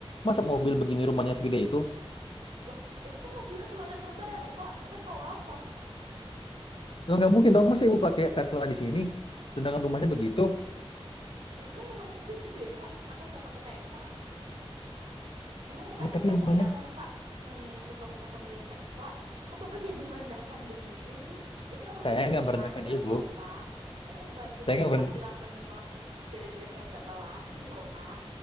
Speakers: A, on the left (about 55°); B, on the right (about 70°).
A: Masa mobil begini rumahnya segede itu?
B: Loh, ini kan mobilnya keluaran terbaru, Pak. Bapak tahu apa?
A: Lo nggak mungkin dong. Masa ibu pakai Tesla di sini, sedangkan rumahnya begitu?
B: Itu kan rumahnya juga gede, Pak. Makanya saya pakai Tesla. Emang muka
A: Ya
B: saya
A: tapi
B: nggak
A: rumahnya
B: kelihatan, Pak? Ini muka-muka pemilik Tesla. Kok Bapak jadi merendahkan begini sih? Ini urusannya
A: saya nggak
B: jadi
A: merendahkan
B: panjang
A: ibu.
B: loh, Pak. Ini bukan cuma
A: Saya nggak
B: masa
A: meren-
B: tilang menilang gara-gara saya nggak bawa SIM loh, Pak.